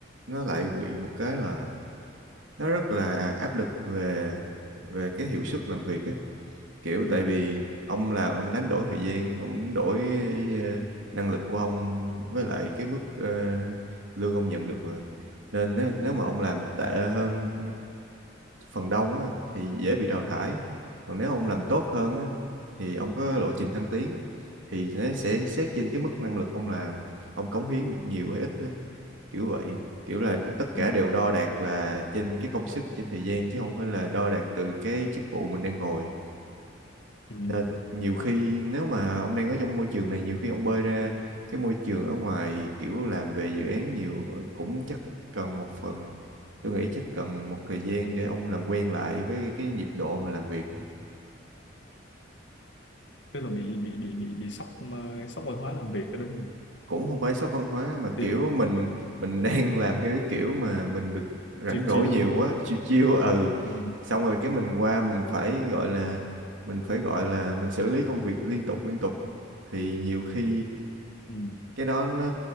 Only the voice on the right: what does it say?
nó lại bị một cái là nó rất là áp lực về về cái hiệu suất làm việc á. Kiểu
tại vì ông làm ông đánh đổi thời gian, ông đánh đổi ờ, năng lực của ông với lại cái mức ờ, lương ông nhận được mà. Nên á, nếu mà ông làm tệ hơn phần đông á, thì dễ bị đào thải còn nếu ông làm tốt hơn á, thì ông có lộ trình thăng tiến thì nó sẽ xét trên cái mức năng lực ông làm ông cống hiến được nhiều hay ít á, kiểu vậy kiểu là tất
cả đều đo đạc là trên cái công sức trên thời gian chứ không phải là đo đạc từ cái chức vụ mình đang ngồi
nên nhiều khi nếu mà ông đang ở trong môi trường này nhiều khi ông bơi ra cái môi trường ở ngoài kiểu làm về dự án nhiều ờ, cũng chắc cần một phần tôi nghĩ chắc cần một thời gian để ông làm quen lại với cái nhịp độ mà làm việc
cũng không phải sốc văn hóa mà
kiểu mình mình <laughs> đang làm theo cái kiểu mà mình được rảnh
rỗi
nhiều quá chiêu chiêu ừ
xong rồi cái mình qua mình phải gọi là mình phải gọi là mình xử lý công việc liên tục liên tục thì nhiều khi
cái đó nó